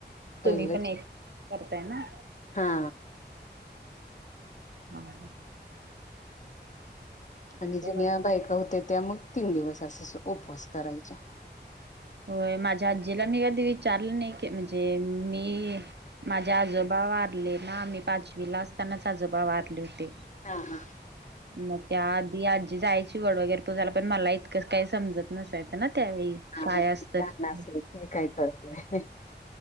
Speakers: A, on the left; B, on the right.
A: पहिलं
B: तुम्ही पण एक करताय ना
A: हा
B: हा ह
A: आणि जुन्या
B: काय बाकी?
A: बायका होत्या त्या मग तीन दिवस अस उपवास करायच्या
B: होय माझ्या आजीला मी कधी विचारलं नाही की म्हणजे मी माझे आजोबा वारले ना मी पाचवीला असतानाच आजोबा वारले होते.
A: हा हां
B: मग त्या आधी आजी जायची वड वगैरे पूजाला पण मला इतकंच काही समजत नसायचं ना त्यावेळी
A: हा
B: काय
A: लहान
B: असतं ते.
A: असले की काही कळत नाही